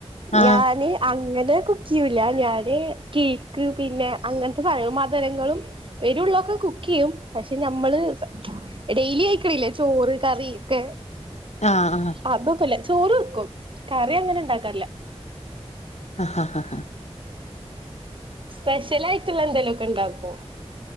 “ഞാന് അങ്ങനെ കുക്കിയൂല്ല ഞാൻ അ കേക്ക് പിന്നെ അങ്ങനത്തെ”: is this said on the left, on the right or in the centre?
Right